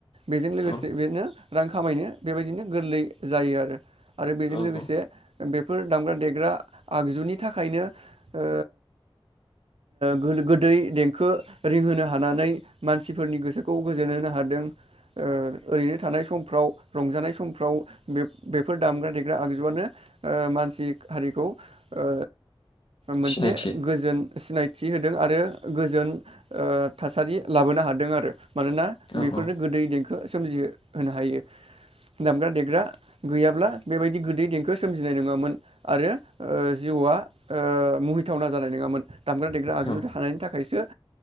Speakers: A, on the right; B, on the left.
A: बेजों लोगोसे
B: औ
A: बेनो रां खामायनो बेबायदिनो गोरलै जायो आरो। आरो बेजों
B: औ
A: लोगोसे
B: औ
A: बेफोर दामग्रा देग्रा आगजुनि थाख खायायनो ओ गो-गोदै देंखो रिंहोनो हानानै मानसिफोरनि गोसोखौ गोजोन होनो हादों ओ ओरैनो थानाय समफ्राव रंजानाय समफ्राव बे बेफोर दामग्रा देग्रा आगजुआनो ओ मानसि हारिखौ ओ मोनसे
B: सिनायथि
A: गोजोन सिनाय थि होदों आरो गोजोन ओ थासारि लाबोनो हादों आरो। मानोना
B: औ
A: बेफोरनो
B: औ
A: गोदै देंखो सोमजिहो होनो हायो दामग्रा देग्रा गैयाब्ला बेबायदि गोदै देंखो सोमजिनाय नङामोन आरो ओ जिउआ ओ मुहिथावना जानाय नोङामोन। दामग्रा देग्रा आगजु
B: औ
A: थानायनि थाखायसो ओ